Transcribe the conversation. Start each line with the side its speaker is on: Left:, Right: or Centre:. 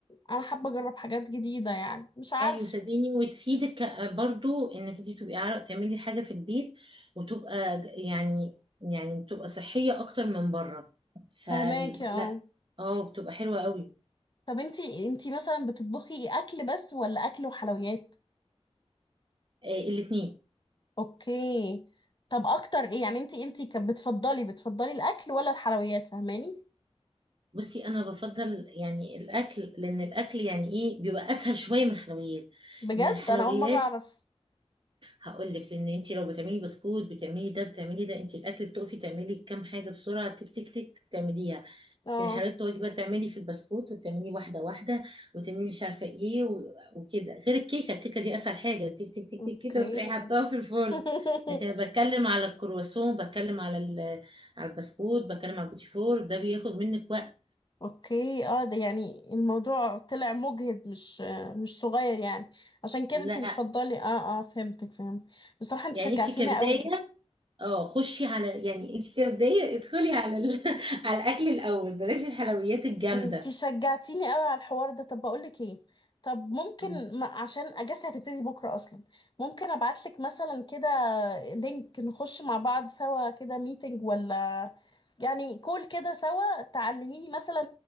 Left: انا حابه اجرب حاجات جديده يعني مش عارف
Right: ايوه صدقيني وتفيدك برضو انك انت تبقي عار- تعملي حاجه في البيت وتبقى ج- يعني يعني بتبقى صحيه اكتر من بره فلا
Left: فهماكي اه
Right: اه بتبقى حلوه قوي
Left: طب انتي انتي مثلا بتطبخي اكل بس ولا اكل وحلويات
Right: آه، الاتنين
Left: اوكي طب اكتر ايه يعني انتي انتي كانت بتفضلي بتفضلي الاكل ولا الحلويات فاهماني
Right: بصي انا بفضل يعني الاكل لان الاكل يعني ايه بيبقى اسهل شويه من الحلويات
Left: بجد
Right: من الحلويات
Left: انا اول مره اعرف
Right: هقول لك لان انت لو بتعملي بسكوت بتعملي ده بتعملي ده انت الاكل بتقفي تعملي كام حاجه بسرعه تك تك تك تك تعمليها
Left: اه
Right: لكن الحلويات تقعدي بقى تعملي في البسكوت وتعملي واحده واحده وتعملي مش عارفه ايه و- وكده غير الكيكه الكيكه دي اسهل حاجه تك تك تك
Left: اوكي
Right: تك كده وتروحي حطاها في الفرن
Left: <laughs>
Right: لكن أنا بتكلم على الكرواسون بتكلم على ال- على البسكوت بتكلم على البوتيفور ده بياخد منك وقت
Left: اوكي اه ده يعني الموضوع طلع مجهد مش مش صغير يعني عشان كده
Right: لا
Left: انتي بتفضلي اه اه فهمتك فهمت بصراحه انت
Right: يعني
Left: شجعتيني
Right: انت كبدايه
Left: قوي
Right: اه خشي على يعني انت كبدايه ادخلي على ال... <laughs> على الاكل الاول بلاش الحلويات الجامده
Left: انتي شجعتيني قوي على الحوار ده طب بقولك ايه طب ممكن
Right: مم.
Left: ما عشان اجازتي هتبتدي بكره اصلا ممكن ابعتلك مثلا كده لينك نخش مع بعض سوا كده ميتنج ولا يعني كول كده سوا تعلميني مثلا